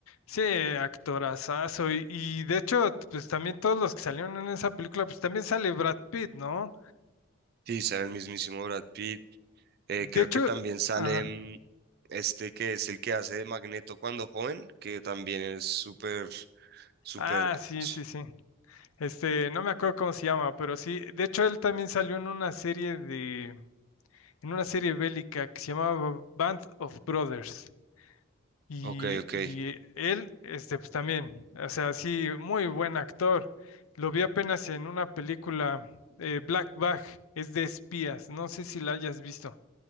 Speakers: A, on the left (about 85°); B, on the right (about 45°).
A: Sí, actorazazo, y, y de hecho, t- pues también todos los que salieron en esa película, pues también sale Brad Pitt, ¿no?
B: Sí, sale el mismísimo Brad Pitt. Eh, creo
A: De hecho,
B: que también sale
A: ajá,
B: mm, este que es el que hace de Magneto cuando joven, que también es súper, súper...
A: ah, sí,
B: s-
A: sí, sí. Este, no me acuerdo cómo se llama, pero sí, de hecho él también salió en una serie de, en una serie bélica que se llamaba Band of Brothers. Y,
B: Ok, ok.
A: y él, este, pues también, o sea, sí, muy buen actor. Lo vi apenas en una película, eh, Black Bag, es de espías, no sé si la hayas visto.